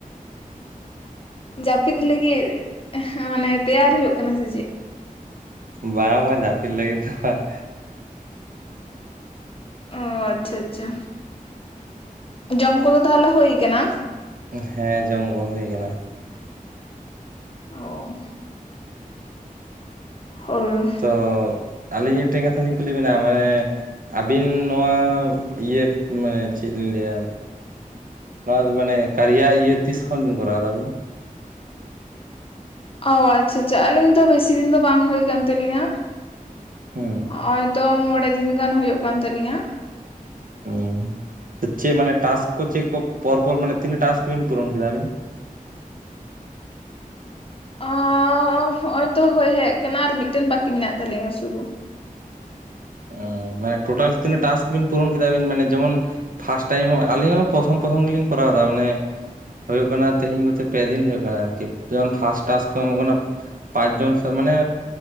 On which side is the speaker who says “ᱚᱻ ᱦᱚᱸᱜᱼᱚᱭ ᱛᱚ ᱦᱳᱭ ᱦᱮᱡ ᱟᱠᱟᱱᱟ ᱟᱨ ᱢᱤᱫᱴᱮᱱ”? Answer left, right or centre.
Left